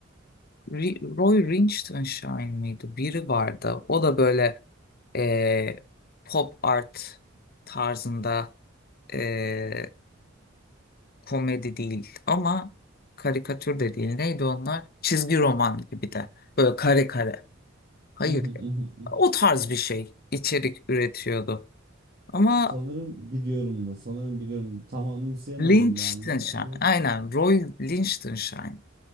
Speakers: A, on the left (about 50°); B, on the right (about 50°).
A: Ri- Roy Lichtenstein miydi? Biri vardı. O da böyle e, pop art tarzında e, komedi değil ama karikatür de değil. Neydi onlar? Çizgi roman gibi de. Böyle kare kare. Hayır.
B: <laughs>
A: O tarz bir şey içerik üretiyordu. Ama
B: Sanırım biliyorum da, sanırım biliyorum. Tam anımsayamadım
A: Liechtenstein,
B: ben de ama.
A: aynen Roy Liechtenstein,